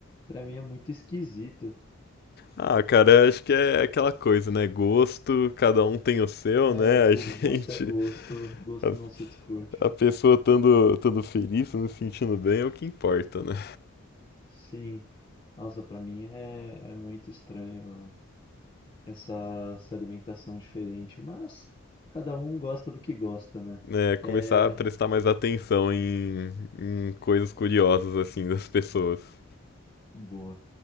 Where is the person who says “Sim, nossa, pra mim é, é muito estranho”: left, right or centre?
Left